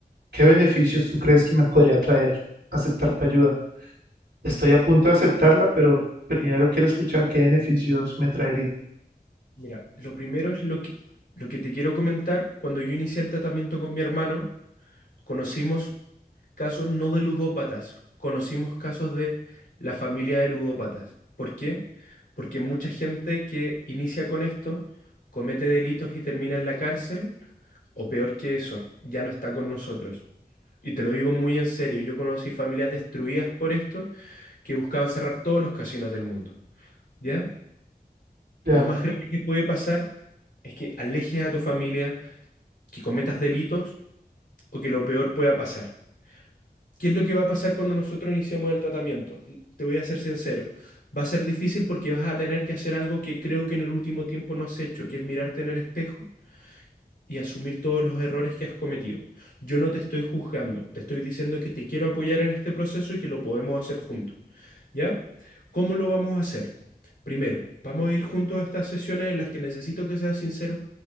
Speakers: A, on the right; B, on the left.
A: ¿qué beneficios tú crees que me podría traer aceptar tu ayuda? Estoy a punto de aceptarla, pero primero quiero escuchar qué beneficios me traería.
B: Mira, lo primero es lo que, lo que te quiero comentar. Cuando yo inicié el tratamiento con mi hermano, conocimos casos no de ludópatas, conocimos casos de la familia de ludópatas. ¿Por qué? Porque mucha gente que inicia con esto comete delitos y termina en la cárcel O peor que eso, ya no está con nosotros. Y te lo digo muy en serio, yo conocí familias destruidas por esto que buscaban cerrar todos los casinos del mundo. ¿Ya?
A: Ya,
B: Lo más grave que puede pasar es que alejes a tu familia, que cometas delitos o que lo peor pueda pasar. ¿Qué es lo que va a pasar cuando nosotros iniciemos el tratamiento? Te voy a ser sincero, va a ser difícil porque vas a tener que hacer algo que creo que en el último tiempo no has hecho, que es mirarte en el espejo y asumir todos los errores que has cometido. Yo no te estoy juzgando, te estoy diciendo que te quiero apoyar en este proceso y que lo podemos hacer juntos, ¿ya? ¿Cómo lo vamos a hacer? Primero, vamos a ir juntos a estas sesiones en las que necesito que seas sincero